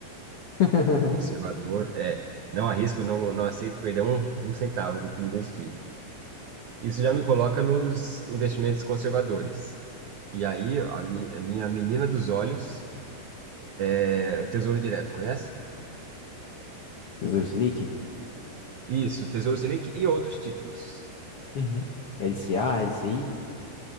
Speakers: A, on the left (about 75°); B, on the right (about 80°).
A: <laughs>
B: conservador, é. Não arrisco, não, não aceito perder um, um centavo do que investi. Isso já me coloca nos investimentos conservadores. E aí, a, mi, a minha menina dos olhos, é, o Tesouro Direto, conhece?
A: Tesouro Selic?
B: Isso, Tesouro Selic e outros títulos.
A: Uhum, LCA, LCI,